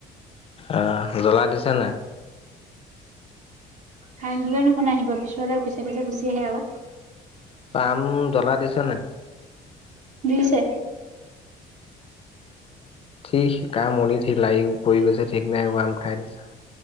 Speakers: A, on the left; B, on the right.
A: অ' জ্বলা দিছে নে?
B: হাক দিলে নুশুনে, আহিব পিছফালে। পিছে - পিছে গুচি আহে আৰু।
A: টান জ্বলা দিছে নে?
B: দিছে।
A: ঠিক কাৰ মলি লাগি পৰি গৈছে ঠিক নাই হোৱা আম খাই দিছোঁ